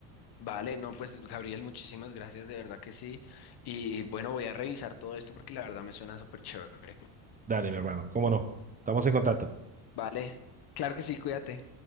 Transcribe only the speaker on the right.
Dale, mi hermano, cómo no. Estamos en contacto.